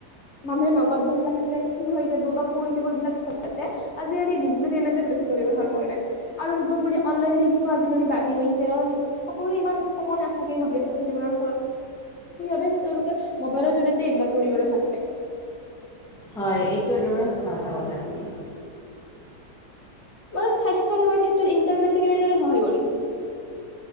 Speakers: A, on the left; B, in the centre.
A: মানুহে নগদ ধন ৰাখিলে চুৰ হৈ যাব বা পৰি যাব এইবিলাক ভ। মে আজি কালি ডিজিটেল পেমেণ্ট। বেছিকৈ ব্যৱহাৰ কৰে। আৰু তদুপৰি অনলাইন বেংকিং আজিকালি বাঢ়ি গৈছে কাৰণ সকলোৰে ইমান সময় নাথাকে ইমান ব্যস্ত। জীৱনৰ ফলত কি ভাবে। তেওঁলোকে মোবাইলৰ জৰিয়তে এইবিলাক কৰিবলৈ ভাল পায়।
B: হয় এইটো একেবাৰে সঁচা কথা কৈছা তুমি।
A: বাৰু স্বাস্থ্য সেৱাৰ ক্ষেত্ৰত ইন্টাৰনেটে কেনেদৰে সহায় কৰিছে?